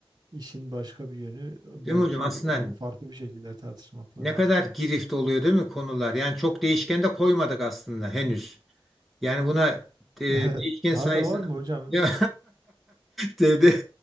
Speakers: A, on the right; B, in the centre.
A: İşin başka bir yönü belki
B: Değil mi hocam? Aslında
A: onu farklı bir şekilde tartışmak
B: ne
A: lazım.
B: kadar
A: <laughs>
B: girift oluyor değil mi konular? Yani çok değişken de koymadık aslında henüz. Yani buna e,
A: Evet.
B: değişken
A: Daha
B: sayısını
A: da var mı hocam?
B: <laughs> Ya, dedi